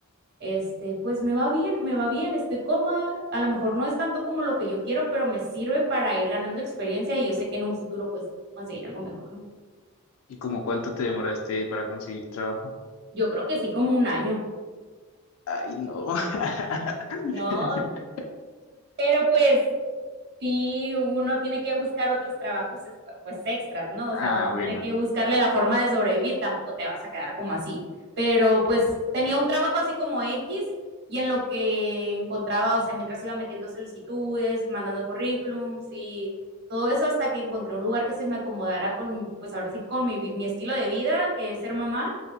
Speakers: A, on the right; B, on the left.
A: este, pues me va bien, me va bien, estoy cómoda, a lo mejor no es tanto como lo que yo quiero, pero me sirve para ir ganando experiencia y yo sé que en un futuro pues conseguir algo mejor, ¿no?
B: ¿Y como cuánto te demoraste para conseguir trabajo?
A: Yo creo que sí, como un año.
B: Ay, no. <laughs>
A: No, pero pues sí uno tiene que buscar otros trabajos pues extras, ¿no? O
B: Ah,
A: sea, uno
B: bueno,
A: tiene que buscarle la forma de sobrevivir, tampoco te vas a quedar como así. Pero pues tenía un trabajo así como X y en lo que encontraba, o sea, mientras iba metiendo solicitudes, mandando currículums y todo eso hasta que encontré un lugar que se me acomodara con, pues ahora sí, con mi, vi- mi estilo de vida, que es ser mamá